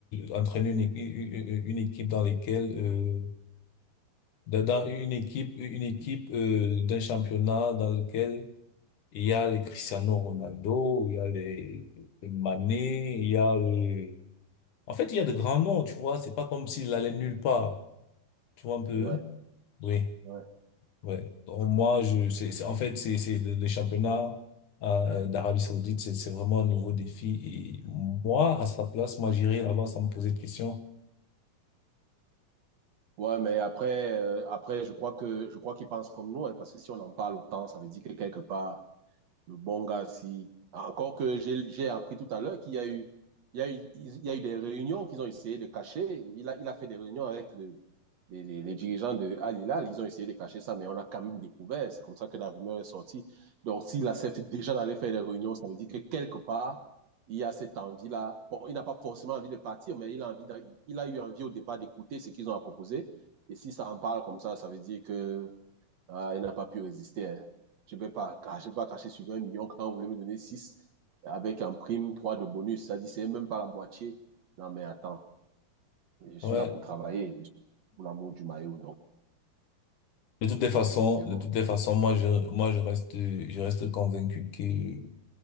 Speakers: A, on the left; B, on the right.
A: euh, entraîner une, équi- une une équipe dans laquelle, euh, dans dans une équipe, une équipe euh, d'un championnat dans lequel il y a les Cristiano Ronaldo, il y a les, les Mané, il y a, euh, en fait, il y a de grands noms, tu vois, c'est pas comme s'il allait nulle part, tu vois un peu,
B: Ouais,
A: oui.
B: ouais.
A: Ouais. Donc, moi, je, c'est, c'est- en fait, c'est, c'est le, le championnat euh, euh, d'Arabie Saoudite, c'est, c'est vraiment un nouveau défi. Et moi, à sa place, moi, j'irais là-bas sans me poser de questions.
B: Ouais, mais après, euh, après, je crois que je crois qu'ils pensent comme nous, hein, parce que si on en parle autant, ça veut dire que quelque part, Le bon gars, si. Encore que j'ai j'ai appris tout à l'heure qu'il y a eu, il y a eu, il y a eu des réunions qu'ils ont essayé de cacher. Il a, il a fait des réunions avec le, les, les- les dirigeants de Al Hilal. Ils ont essayé de cacher ça, mais on a quand même découvert. C'est comme ça que la rumeur est sortie. Donc, s'il accepte déjà d'aller faire des réunions, ça veut dire que quelque part, il y a cette envie-là. Bon, il n'a pas forcément envie de partir, mais il a envie d'a- il a eu envie au départ d'écouter ce qu'ils ont à proposer. Et si ça en parle comme ça, ça veut dire que ah, il n'a pas pu résister. hein. Je ne peux pas, car- je peux pas cracher sur 20 millions quand vous voulez me donner 6 avec en prime 3 de bonus. Ça dit, c'est même pas la moitié. Non, mais attends, je suis
A: Ouais.
B: là pour travailler. Je suis pour l'amour du maillot, donc
A: De toutes les façons,
B: c'est bon.
A: de toutes les façons, moi, je, moi, je reste, je reste convaincu que